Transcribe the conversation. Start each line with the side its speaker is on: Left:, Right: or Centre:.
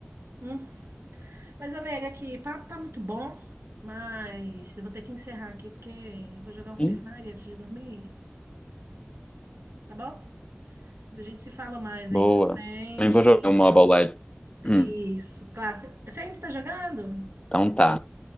Right: Hum. Mas, eu nego que papo tá muito bom, mas eu vou ter que encerrar aqui porque eu vou jogar um
Left: Sim.
Right: Free Fire antes de dormir, tá bom? A gente se fala mais
Left: Boa.
Right: aí pra frente.
Left: Também vou jogar o Mobile Legends.
Right: Isso,
Left: Hum,
Right: claro. Você ainda tá jogando?
Left: então tá.